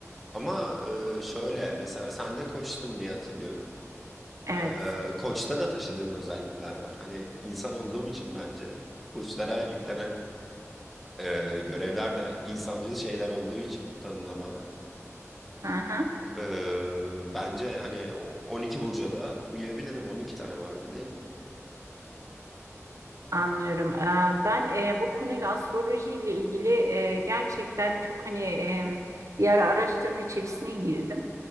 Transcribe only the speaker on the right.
Evet.
Aha,
anlıyorum. Ee, ben e, bu konuyla astroloji ile ilgili e, gerçekten çok hani e, bir ara araştırma içerisine girdim.